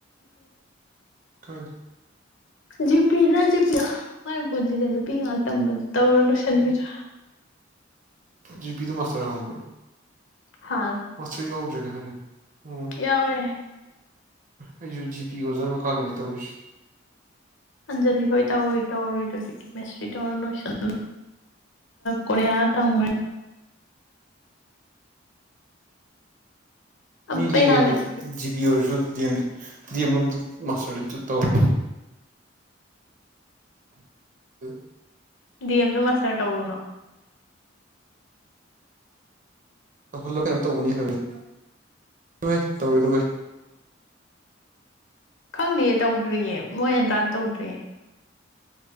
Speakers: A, on the right; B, on the left.
A: ꯍꯣꯏ
B: ꯖꯤꯄꯤꯖ ꯖꯤꯄꯤꯂ ꯃꯥꯏ ꯄꯨꯟꯁꯤꯁꯦ ꯅꯨꯄꯤ ꯉꯍꯥꯛꯇꯝꯕ ꯇꯧꯔ ꯂꯣꯏꯁꯤꯟꯈꯤꯗ꯭ꯔꯥ
A: ꯖꯤ ꯄꯤ ꯇ ꯃꯥꯁꯇꯔ ꯑꯍꯝꯒꯣ
B: ꯍꯥꯡꯉꯦ
A: ꯃꯁ ꯌꯥꯎꯗ꯭ꯔꯦꯒ ꯍꯥꯏꯗꯤ ꯎꯝ
B: ꯀꯌꯥꯋꯦ
A: ꯑꯩꯁꯨ ꯖꯤꯄꯤꯤ ꯑꯣꯖꯥ ꯃꯈꯥꯗꯅꯤ ꯇꯧꯔꯤꯁꯤ
B: ꯑꯟꯖꯂꯤ ꯍꯣꯏ ꯇꯧꯔꯤ ꯇꯧꯔꯤꯗꯨꯗꯤ ꯀꯦꯃꯦꯁꯇ꯭ꯔꯤ ꯇꯧꯔ ꯂꯣꯏꯁꯟ ꯀꯔꯌꯥ ꯇꯧ ꯑꯄꯩ
A: ꯃꯤ ꯂꯦꯛꯑꯦꯅ
B: ꯍꯥꯜꯂꯛꯀꯦ
A: ꯖꯤ ꯄꯤ ꯑꯣꯏꯔꯁꯨ ꯗꯤ ꯑꯦꯝ ꯗꯤ ꯑꯦꯝ ꯂꯣꯝꯗ ꯃꯥꯁꯇꯔꯗ ꯇꯧꯔꯦ ꯍ
B: ꯗꯤ ꯑꯦꯝꯗꯣ ꯃꯥꯁꯇꯔ ꯇꯧꯔꯨꯅꯣ
A: ꯍꯜꯂ ꯀꯩꯅꯣ ꯇꯧꯕꯅꯤ ꯍꯥꯏ ꯇꯧꯔꯤꯗꯨꯥꯏ
B: ꯈꯪꯗ꯭ꯔꯤꯌꯦ ꯇꯧꯗ꯭ꯔꯤꯌꯦ ꯃꯣꯏ ꯑꯦꯟꯗ꯭ꯔꯥꯟꯁ ꯇꯧꯗ꯭ꯔꯤꯌꯦ